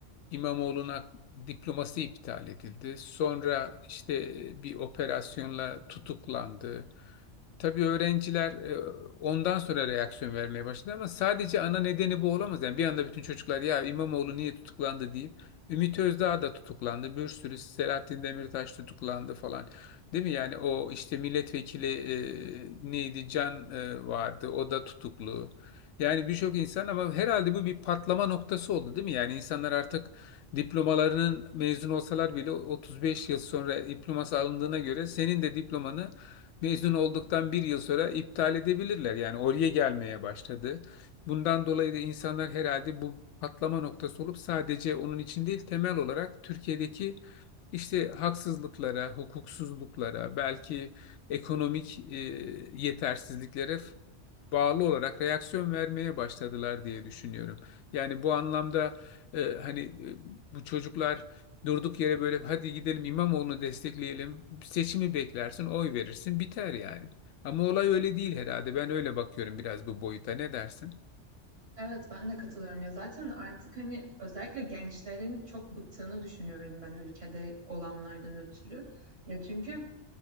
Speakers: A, on the left; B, on the right.
A: İmamoğlu'na diploması iptal edildi. Sonra işte e, bir operasyonla tutuklandı. Tabii öğrenciler e, ondan sonra reaksiyon vermeye başladı ama sadece ana nedeni bu olamaz. Yani bir anda bütün çocuklar ya İmamoğlu niye tutuklandı deyip Ümit Özdağ da tutuklandı. Bir sürü Selahattin Demirtaş tutuklandı falan. Değil mi? Yani o işte milletvekili e, neydi Can e, vardı. O da tutuklu. Yani birçok insan ama herhalde bu bir patlama noktası oldu değil mi? Yani insanlar artık diplomalarının mezun olsalar bile 35 yıl sonra diploması alındığına göre senin de diplomanı mezun olduktan bir yıl sonra iptal edebilirler. Yani oraya gelmeye başladı. Bundan dolayı da insanlar herhalde bu patlama noktası olup sadece onun için değil temel olarak Türkiye'deki işte haksızlıklara, hukuksuzluklara, belki ekonomik e, yetersizliklere f- bağlı olarak reaksiyon vermeye başladılar diye düşünüyorum. Yani bu anlamda e, hani e, bu çocuklar durduk yere böyle hadi gidelim İmamoğlu'nu destekleyelim, seçimi beklersin, oy verirsin, biter yani. Ama olay öyle değil herhalde. Ben öyle bakıyorum biraz bu boyuta. Ne dersin?
B: Evet ben de katılıyorum ya zaten artık hani özellikle gençlerin çok bıktığını düşünüyorum ben ülkede olanlardan ötürü. Ya çünkü